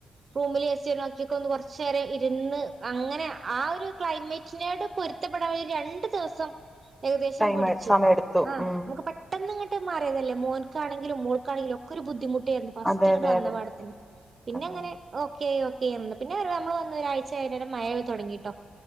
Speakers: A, on the right (about 50°); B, in the centre.
A: റൂമിൽ എസിയൊക്കെയാക്കിക്കോ ഒന്ന് കൊറച്ചേരം ഇരുന്ന് അങ്ങനെ ആ ഒരു ക്ലൈമറ്റിനോട് പൊരുത്തപ്പെടാ രണ്ടു ദിവസം ഏകദേശം
B: ടൈം
A: പിടി
B: സമയം എടുത്തു
A: ആ നമ്മക്ക്
B: ഉം
A: പെട്ടന്ന് <unintelligible> മാറിയതല്ലേ മോൻക്കാണെങ്കിലും മോൾക്കാണെങ്കിലും ഒക്കൊരു ബുദ്ധിമുട്ട് <unintelligible> ഫസ്റ്റ്
B: അതെ
A: ഇങ്ങട്
B: അതെ
A: വന്നപാട
B: അതെ
A: തന്നെ, പിന്നെ
B: അതെ
A: ഇങ്ങനെ ഓക്കെയായി ഓക്കെ <unintelligible> പിന്നെ നമ്മള് വന്ന്‌ ഒരാഴ്ച കഴിഞ്ഞേരം മയ തൊടങ്ങിട്ടോ.